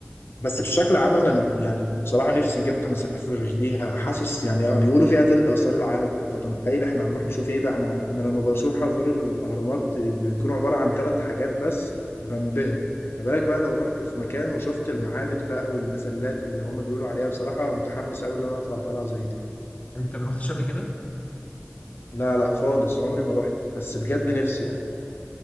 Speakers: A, on the left; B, on the left.
A: بس بشكل عام أنا من يعني بصراحة نفسي جدا أسافر ليها حاسس يعني آه، بيقولوا فيها تلت آثار العالم فأنت متخيل إحنا هنروح نشوف إيه ده إحنا أنا لما بروح أزور الأهرامات بيكونوا عبارة عن ثلاث حاجات بس بنبهر ما بالك بقى لو رحت في مكان وشفت المعابد بقى والمسلات اللي هم بيقولوا عليها بصراحة متحمس أوي إن أنا أطلع طلعة زي دي
B: انت ما رحتش قبل كده
A: لا لا خالص عمري ما رحت بس بجد نفسي يعني